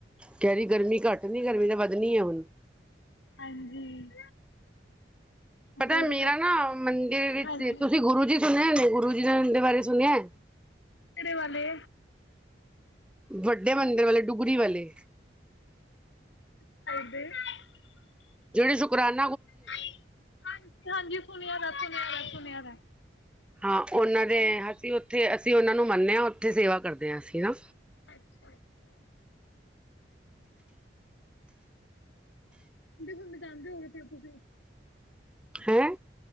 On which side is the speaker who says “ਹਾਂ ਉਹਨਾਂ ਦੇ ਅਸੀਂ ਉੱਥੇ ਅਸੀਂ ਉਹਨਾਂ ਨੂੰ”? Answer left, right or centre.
Centre